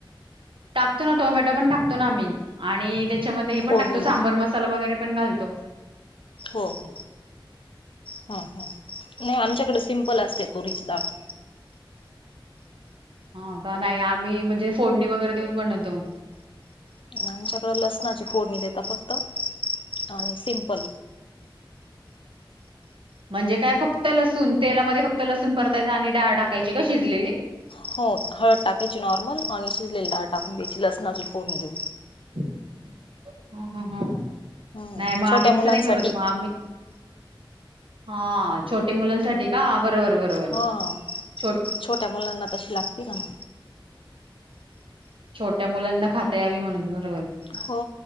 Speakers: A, on the right; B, on the left.
A: टाकतो ना टोमॅटो पण टाकतो ना आम्ही आणि त्याच्यामध्ये हे
B: फोडणीला
A: पण टाकतो सांबर मसाला वगैरे पण पण घालतो.
B: हो हो हां हां नाही आमच्याकडे सिंपल असते तुरीची डाळ.
A: हा का नाही आम्ही म्हणजे फोडणी वगैरे देऊन बनवतो.
B: आमच्याकडें लसणाची फोडणी देता फक्त आणि सिंपल.
A: म्हणजे काय फक्त लसूण तेलामध्ये फक्त लसूण परतायच आणि डाळ टाकायची का शिजलेली?
B: हो हळद टाकायची नॉर्मल आणि शिजलेली डाळ टाकून द्यायची लसणाची फोडणी देऊन.
A: हं हं हं
B: हम्म
A: नाही मग आम्ही
B: छोट्या
A: तसं
B: मुलांसाठी
A: नाही करत मग आम्ही हा छोटे मुलांसाठी का बरोबर बरोबर
B: हो
A: छोट
B: छोट्या मुलांना तशी लागती ना म.
A: छोट्या मुलांना खाता यावी म्हणून बरोबर.
B: हो